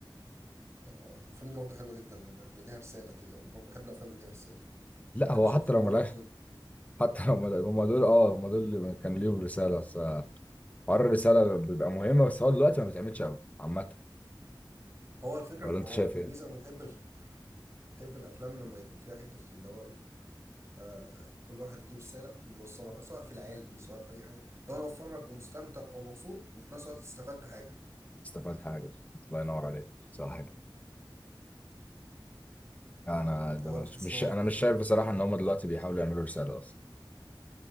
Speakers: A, on the right (about 35°); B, on the left (about 20°).
A: اه الفيلم دي برضه حلوه جدا أنا بحب- ليها رساله كده انا برضه بحب الافلام اللي ليها رساله ما
B: لا
A: بحبش
B: هو حتى
A: الفيلم
B: لو
A: برضه
B: ملاش <laughs> حتى لو ملا- هم دول اه هم دول اللي كان ليهم رساله بس حوار الرساله بيبقى مهم بس هو دلوقتي ما بيتعملش قوي عامه
A: هو الفكره
B: ولا
A: هو
B: انت شايف
A: الميزه
B: ايه؟
A: انا بحب ال- بحب الافلام لما يكون فيها حته اللي هو ايه آه كل واحد ليه رساله بيوصلها بقى سواء في العلم سواء في اي حاجه لو انا بتفرج ومستمتع ومبسوط وفي نفس الوقت استفدت حاجه
B: استفاد حاجه الله ينور عليك صح كده انا
A: اللي
B: ده
A: هو
B: مش
A: تحس
B: مش-
A: ان هو
B: انا مش شايف بصراحه ان هم دلوقتي بيحاولوا يعملوا رساله اصلا